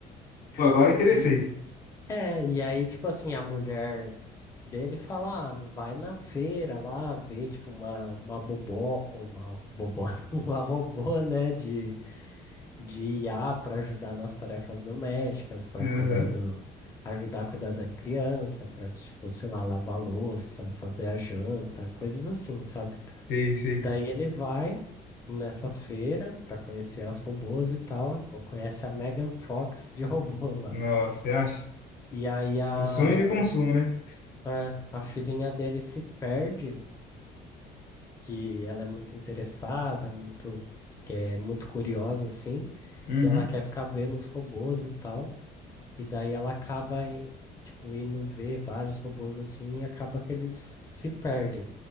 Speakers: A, on the left; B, on the left.
A: Pô, agora eu interessei.
B: E, é, e aí, tipo assim, a mulher dele fala, ah, vai na feira lá ver, tipo, uma, uma bobó, uma bobó, <laughs> uma robô, né, de de IA para ajudar nas tarefas domésticas, para
A: Aham.
B: cuidar do, ajudar a cuidar da criança, para, tipo, sei lá, lavar a louça, fazer a janta, coisas assim, sabe?
A: Sei, sei.
B: Daí ele vai nessa feira para conhecer as robôs e tal, e, pô, conhece a Megan Fox de <laughs> robô lá.
A: Nossa, você acha?
B: E aí a,
A: O sonho de consumo,
B: a,
A: né?
B: é, a filhinha dele se perde, que ela é muito interessada, muito, que é muito curiosa, assim,
A: Uhum.
B: que ela quer ficar vendo os robôs e tal. E daí ela acaba, em- tipo, indo ver vários robôs assim e acaba que eles se perdem.